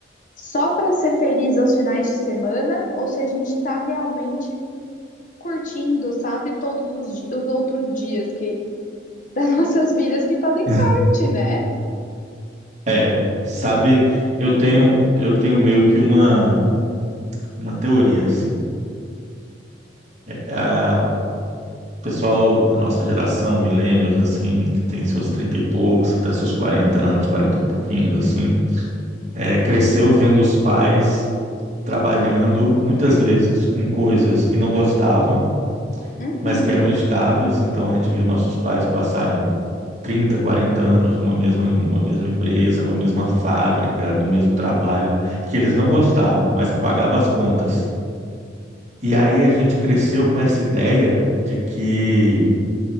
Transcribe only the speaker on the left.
só para ser feliz aos finais de semana ou se a gente está realmente curtindo, sabe, todos os, di- os outros dias que <laughs> as nossas vidas que fazem
parte, né?
Uhum,